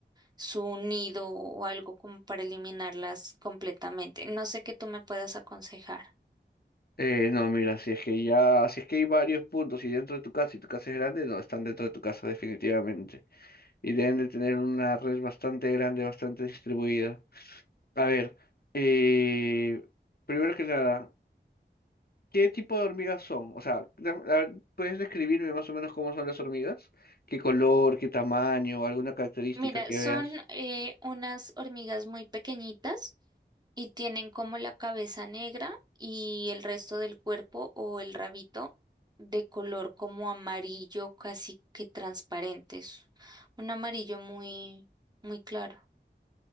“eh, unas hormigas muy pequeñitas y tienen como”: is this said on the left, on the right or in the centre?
Right